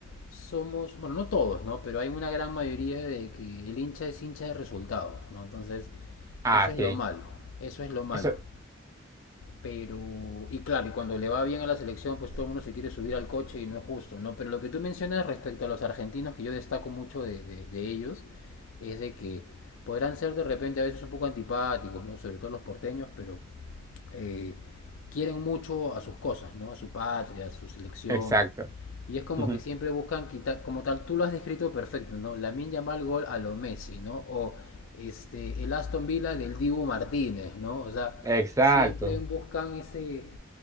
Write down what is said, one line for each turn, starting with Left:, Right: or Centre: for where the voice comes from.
Left: somos, bueno, no todos, ¿no? Pero hay una gran mayoría de que el hincha es hincha de resultados, ¿no? Entonces,
Right: Ah,
Left: eso es
Right: sí,
Left: lo malo, eso es lo malo.
Right: eso,
Left: Pero, y claro, y cuando le va bien a la selección, pues todo el mundo se quiere subir al coche y no es justo, ¿no? Pero lo que tú mencionas respecto a los argentinos, que yo destaco mucho de, de, de ellos, es de que podrán ser de repente a veces un poco antipáticos, ¿no? Sobre todo los porteños, pero eh, quieren mucho a sus cosas, ¿no? A su patria, a su selección.
Right: exacto.
Left: Y es como
Right: Ujú.
Left: que siempre buscan quitar, como tal, tú lo has descrito perfecto, ¿no? Lamine Yamal gol a lo Messi, ¿no? O este, el Aston Villa del Dibu Martínez, ¿no? O sea,
Right: Exacto.
Left: siempre buscan ese,